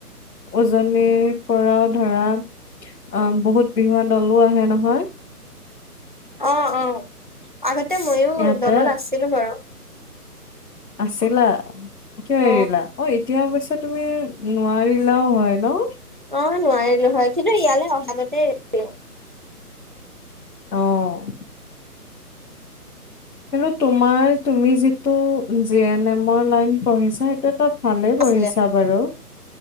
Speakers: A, on the left; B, on the right.
A: উজনিৰ পৰাও ধৰা অ বহুত বিহুৱা দলো আহে নহয়
B: অ অ আগতে ময়ো
A: ইয়াতে
B: দলত আছিলো বাৰু
A: আছিলা কিয়
B: অ
A: এৰিলা অ এতিয়া অৱশ্যে তুমি নোৱাৰিলাও হয় ন
B: অ নোৱাৰিলো হয় কিন্তু ইয়ালৈ অহাতেই
A: ওহ কিন্তু তোমাৰ তুমি যিটো জি এন এমৰ লাইন পঢ়িছা সেইটো ত ভালে পঢ়িছা
B: আছিলে
A: বাৰু